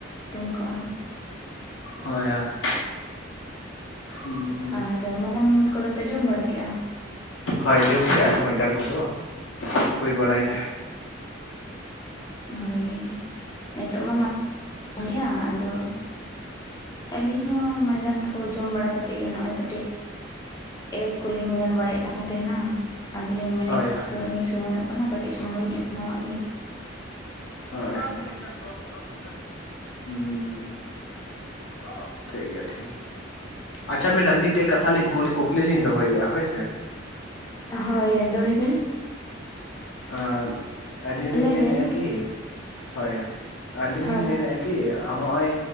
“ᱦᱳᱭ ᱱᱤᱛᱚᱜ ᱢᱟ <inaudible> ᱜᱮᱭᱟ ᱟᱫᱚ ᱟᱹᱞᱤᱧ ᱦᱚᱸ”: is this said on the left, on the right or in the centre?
Left